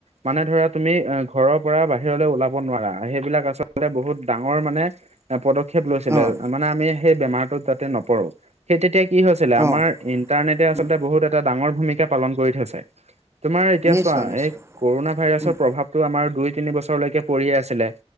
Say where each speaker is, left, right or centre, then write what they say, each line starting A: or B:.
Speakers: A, on the right; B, on the right.
A: মানে ধৰা তুমি অ ঘৰৰ পৰা বাহিৰলৈ ওলাব নোৱাৰা সেইবিলাক আচলতে বহুত ডাঙৰ মানে পদক্ষেপ লৈছিলে
B: অ',
A: মানে আমি সেই বেমাৰটোত যাতে নপৰো সেই তেতিয়া কি হৈছিলে আমাৰ
B: অ',
A: ইণ্টাৰনেটে আচলতে
B: উম,
A: বহুত এটা ডাঙৰ ভূমিকা পালন কৰি থৈছে তোমাৰ এতিয়া
B: নিশ্চয়
A: চোৱা
B: নিশ্চয়।
A: এই কৰোণা ভাইৰাছৰ
B: উম,
A: প্ৰভাৱটো আমাৰ দুই তিনি বছৰলৈকে পৰিয়ে আছিলে